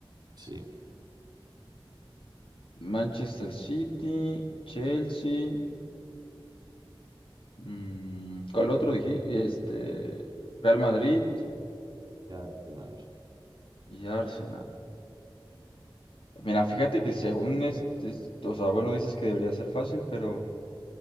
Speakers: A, on the right; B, on the left.
A: sí,
B: Manchester City, Chelsea, mm, ¿cuál otro dije? Este, Real Madrid
A: ya Arsenal.
B: y Arsenal. Mira, fíjate que según este, es- o sea, bueno, dices que debería ser fácil, pero